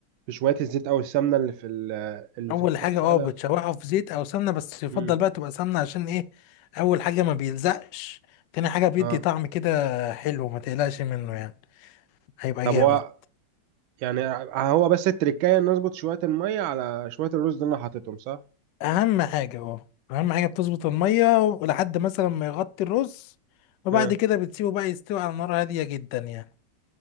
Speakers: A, on the right; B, on the left.
A: في شوية الزيت او السمنة اللي في ال- اللي
B: اول
A: في الطاسة
B: حاجه اه
A: ده
B: بتشوحه في زيت او سمنه بس يفضل
A: امم
B: بقى تبقى سمنه عشان ايه اول حاجه ما بيلزقش تاني حاجه بيدي
A: اه
B: طعم كده حلو ما تقلقش منه يعني هيبقى
A: طب
B: جامد
A: هو يعني هو بس التركاية ان اظبط شوية المية على شوية الرز اللي انا حاططهم صح؟
B: اهم حاجه اه اهم حاجه بتظبط الميه لحد مثلا ما يغطي الرز وبعد
A: ها
B: كده بتسيبه بقى يستوي على نار هاديه جدا يعني